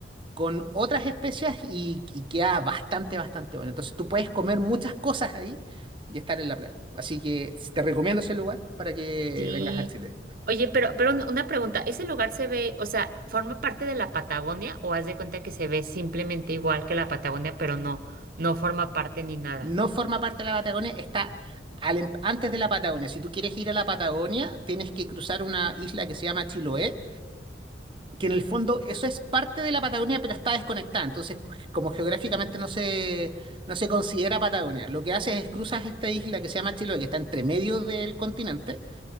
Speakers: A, on the right; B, on the right.
A: con otras especias y, y queda bastante, bastante bueno. Entonces tú puedes comer muchas cosas ahí y estar en la playa. Así que si te recomiendo ese lugar para que
B: Sí.
A: vengas a Chile.
B: Oye, pero, pero un- una pregunta, ¿ese lugar se ve, o sea, forma parte de la Patagonia o haz de cuenta que se ve simplemente igual que la Patagonia, pero no, no forma parte ni nada?
A: No forma parte de la Patagonia, está al em- antes de la Patagonia. Si tú quieres ir a la Patagonia, tienes que cruzar una isla que se llama Chiloé, que en el fondo eso es parte de la Patagonia, pero está desconectada. Entonces, como geográficamente no se, no se considera Patagonia, lo que haces es cruzas esta isla que se llama Chiloé, que está entre medio del continente